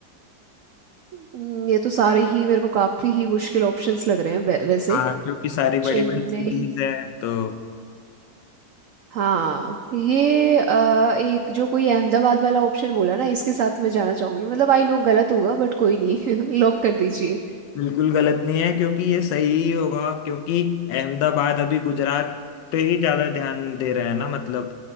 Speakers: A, on the right; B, on the left.
A: हम्म, ये तो सारे ही मेरे को काफी ही मुश्किल ऑप्शंस लग रहे हैं वै- वैसे
B: हाँ क्योंकि सारी बड़ी
A: चेन्नई
B: बड़ी सिटीज है तो
A: हाँ ये अ, एक जो कोई अहमदाबाद वाला ऑप्शन बोला ना इसके साथ मैं जाना चाहूंगी मतलब आई नो गलत होगा बट कोई नहीं <laughs> लॉक कर दीजिए
B: बिल्कुल गलत नहीं है क्योंकि ये सही ही होगा क्योंकि अहमदाबाद अभी गुजरात पे ही ज्यादा ध्यान दे रहा है ना मतलब